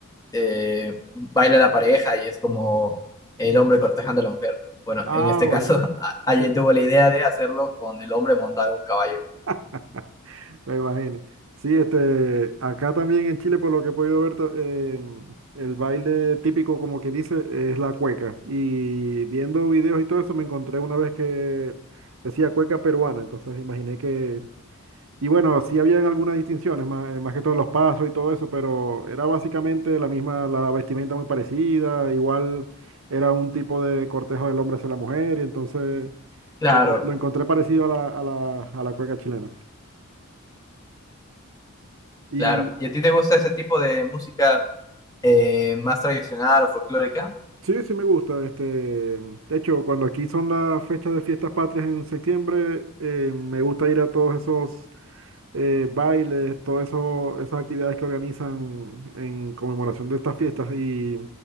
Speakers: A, on the left; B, on the right.
A: eh, baila la pareja y es como el hombre cortejando a la mujer. Bueno,
B: Ah,
A: en este
B: bueno.
A: caso, <laughs> a- alguien
B: Sí.
A: tuvo la idea de hacerlo con el hombre montado en un caballo.
B: <laughs> Me imagino. Sí, este, acá también en Chile, por lo que he podido ver, ta- em, el baile típico, como que dice, es la cueca. Y viendo videos y todo eso, me encontré una vez que decía cueca peruana, entonces imaginé que Y bueno, sí habían algunas distinciones, más, más que todos los pasos y todo eso, pero era básicamente la misma, la vestimenta muy parecida, igual era un tipo de cortejo del hombre hacia la mujer, y entonces
A: Claro,
B: lo, encon- lo encontré parecido a la, a la, a la cueca chilena. Y
A: claro. ¿Y a ti te gusta ese tipo de música? Eh, más tradicional o folclórica.
B: sí, sí me gusta, este, de hecho, cuando aquí son las fechas de fiestas patrias en septiembre, eh, me gusta ir a todos esos eh, bailes, todo eso, esas actividades que organizan en conmemoración de estas fiestas y,